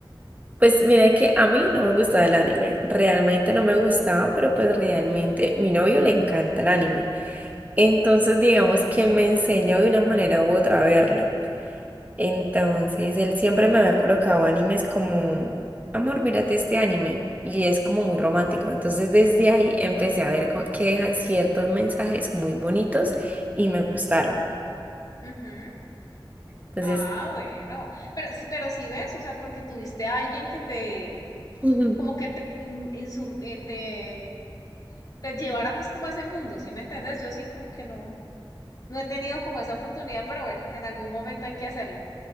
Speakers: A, on the right; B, on the left.
A: Pues mira que a mí no me gustaba el anime. Realmente no me gustaba, pero pues realmente mi novio le encanta el anime. Entonces digamos que me enseñó de una manera u otra a verlo. Entonces, él siempre me había colocado animes como, amor, mírate este anime. Y es como muy romántico. Entonces, desde ahí empecé a ver co- que dejan ciertos mensajes muy bonitos y me gustaron.
B: Ujú.
A: Entonces,
B: Ah, bueno. Pero sí, pero sí ves, o sea, porque tuviste a alguien que te,
A: Ujú.
B: como que te, in- insum- eh, te te llevara pues como a ese mundo, ¿sí me entiendes? Yo sí como que no, no he tenido como esa oportunidad, pero bueno, en algún momento hay que hacerlo.